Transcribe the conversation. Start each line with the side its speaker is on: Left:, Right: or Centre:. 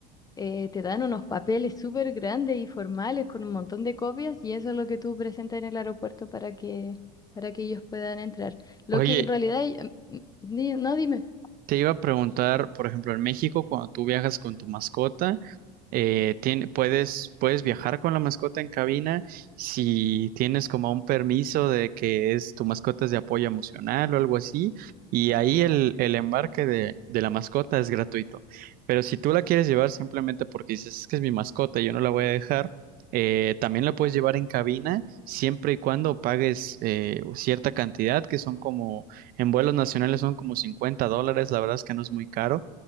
Left: Eh, te dan unos papeles súper grandes y formales con un montón de copias y eso es lo que tú presentas en el aeropuerto para que, para que ellos puedan entrar. Lo
Right: Oye,
Left: que en realidad, eh, mm, di- no dime.
Right: Te iba a preguntar, por ejemplo, en México, cuando tú viajas con tu mascota, eh, tien- puedes, puedes viajar con la mascota en cabina si tienes como un permiso de que es tu mascota es de apoyo emocional o algo así, y ahí el, el embarque de, de la mascota es gratuito. Pero si tú la quieres llevar simplemente porque dices, es que es mi mascota y yo no la voy a dejar, eh, también la puedes llevar en cabina siempre y cuando pagues eh, cierta cantidad, que son como... En vuelos nacionales son como 50 dólares, la verdad es que no es muy caro.